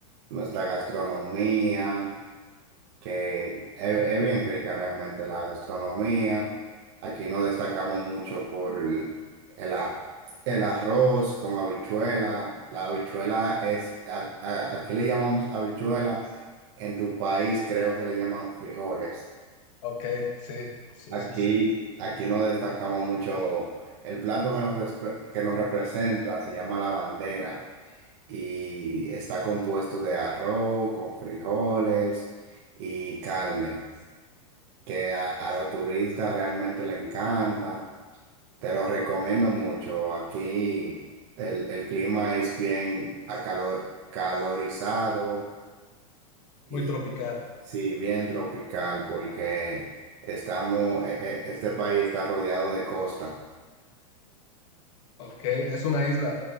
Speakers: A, on the right; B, on the left.
A: nuestra gastronomía. que es, es bien rica realmente la gastronomía. Aquí no destacamos mucho por el, el a- el arroz con habichuela. La habichuela es, a- a- aquí le llamamos habichuela, en tu país creo que le llaman frijoles.
B: Ok, sí, sí,
A: Aquí,
B: sí, sí.
A: aquí no destacamos mucho. El plato que nos, respre- que nos representa se llama la bandera y está compuesto de arroz con frijoles y carne que a, a los turistas realmente le encanta. Te lo recomiendo mucho. Aquí el, el clima es bien acalor, calorizado y
B: Muy tropical.
A: sí, bien tropical porque estamos, e- e- este país está rodeado de costa.
B: Ok, es una isla.